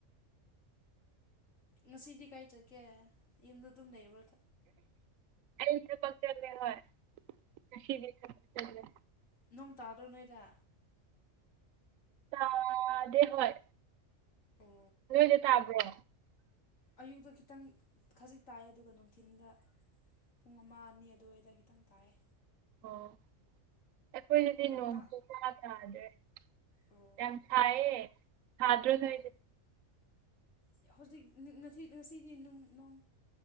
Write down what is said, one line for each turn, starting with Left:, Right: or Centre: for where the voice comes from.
Left: ꯉꯁꯤꯗꯤ ꯀꯥꯏ ꯆꯠꯀꯦ ꯌꯨꯝꯗ ꯑꯗꯨꯝ ꯂꯩꯕ꯭ꯔꯥ
Right: ꯑꯩ ꯈꯄ ꯆꯠꯂꯦ ꯍꯣꯏꯁꯤ ꯆꯠꯂꯦ
Left: ꯅꯅꯨꯡ ꯇꯥꯗ꯭ꯔꯣ ꯅꯣꯏꯗ
Right: ꯇꯥꯗꯦ ꯍꯣꯏ
Left: ꯑꯣ
Right: ꯂꯗꯤ ꯇꯥꯕ꯭ꯔ
Left: ꯑꯌꯨꯛꯇꯣ ꯈꯤꯇꯪ ꯈꯖꯤꯛ ꯇꯥꯏ ꯑꯗꯨꯒ ꯅꯨꯡꯊꯤꯤꯟꯗ ꯄꯨꯡ ꯑꯃ ꯑꯅꯤ ꯑꯗꯨꯋꯥꯏꯗ ꯈꯤꯇꯪ ꯇꯥꯏꯑꯦ
Right: ꯑꯣ ꯑꯩꯈꯣꯏꯅꯗꯤ
Left: ꯌꯥꯝ
Right: ꯅꯣꯡꯁꯨ
Left: ꯇꯥ
Right: ꯀꯌꯥ ꯇꯥꯗ꯭ꯔꯦ
Left: ꯑꯣ
Right: ꯌꯥꯝ ꯊꯑ ꯊꯥꯗꯔ
Left: ꯑꯣ ꯍꯧꯖꯤꯛ ꯉꯁꯤꯗꯤ ꯅꯨꯡꯅꯨꯡ